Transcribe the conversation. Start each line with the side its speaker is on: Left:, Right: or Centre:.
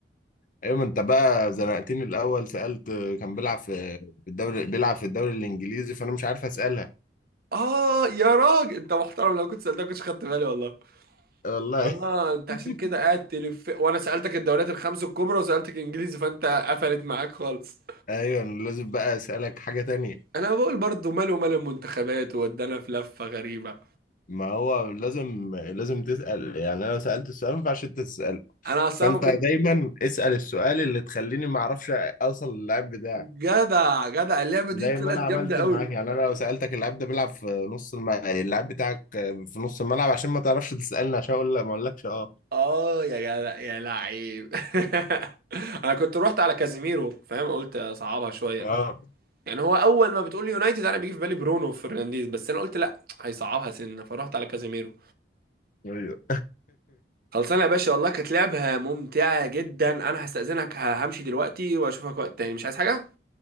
Left: ايوه ما انت بقى زنقتني الاول سالت آه، كان بيلعب في في الدوري بيلعب في الدوري الانجليزي فانا مش عارف اسالها
Right: اه يا راجل انت محترم لو كنت سالتك كنتش خدت بالي والله
Left: والله
Right: اه انت
Left: <laughs>
Right: عشان كده قاعد تلف وانا سالتك الدوريات الخمس الكبرى وسالتك انجليزي فانت قفلت معاك خالص
Left: ايوه لازم بقى اسالك حاجه تانية
Right: انا بقول برضو ماله مال المنتخبات وودانا في لفه غريبه
Left: ما هو لازم لازم تسال يعني انا لو سالت السؤال ما ينفعش انت تساله
Right: انا اصلا
Left: فانت
Right: ما كنت
Left: دايما اسال السؤال اللي تخليني ما اعرفش اوصل للاعب بتاعك
Right: جدع جدع اللعبة دي
Left: زي
Right: طلعت
Left: ما انا عملت
Right: جامدة قوي
Left: معاك يعني انا لو سالتك اللاعب ده بيلعب في نص الم... اللاعب بتاعك في نص الملعب عشان ما تعرفش تسالني عشان اقول لا ما اقولكش اه
Right: اه يا جدع يا لعيب <laughs> انا كنت رحت على كازيميرو فاهم قلت اصعبها شويه
Left: اه
Right: يعني هو اول ما بتقول لي يونايتد انا بيجي في بالي برونو فرنانديز بس انا قلت لا هيصعبها سنه فرحت على كازيميرو
Left: ايوه
Right: خلصانه يا باشا والله كانت لعبه ممتعه جدا انا هستأذنك همشي دلوقتي واشوفك وقت تاني مش عايز حاجه